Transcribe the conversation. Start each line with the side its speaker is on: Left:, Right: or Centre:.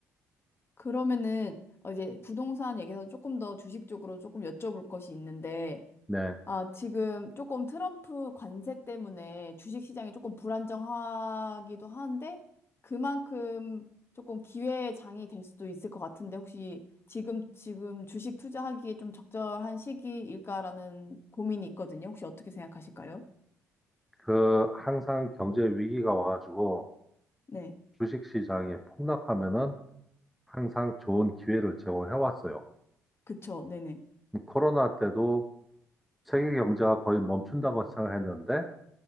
Left: 그러면은, 어, 이제 부동산 얘기해서 조금 더 주식 쪽으로 조금 여쭤볼 것이 있는데,
Centre: 네.
Left: 아, 지금 조금 트럼프 관세 때문에 주식 시장이 조금 불안정하기도 하는데 그만큼 조금 기회의 장이 될 수도 있을 것 같은데 혹시 지금 지금 주식 투자하기에 좀 적절한 시기일까라는 고민이 있거든요. 혹시 어떻게 생각하실까요?
Centre: 그 항상 경제 위기가 와가지고
Left: 네.
Centre: 주식 시장이 폭락하면은 항상 좋은 기회를 제공해 왔어요.
Left: 그쵸. 네네.
Centre: 코로나 때도 세계 경제가 거의 멈춘다고 생각했는데